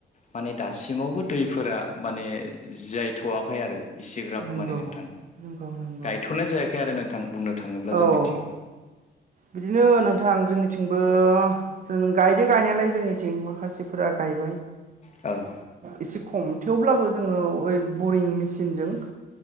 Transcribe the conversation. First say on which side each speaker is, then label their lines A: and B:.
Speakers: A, on the left; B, on the right.
A: माने दासिम सिमावबो दैफोरा माने जियायथ'वाखै आरो इसेग्राब
B: नंगौ
A: माने नोंथां
B: नंगौ नंगौ
A: गायथ'नाय जायाखै आरो नोंथां बुंनो थाङोब्ला
B: औ
A: जोंनिथिं
B: बिदिनो नोंथां जोंनिथिंबो जों गायदो गायनायालाय जोंनिथिं माखासेफोरा गायबा
A: औ
B: एसे खम थेवब्लाबो जोङो ओ बरिं मेसिनजों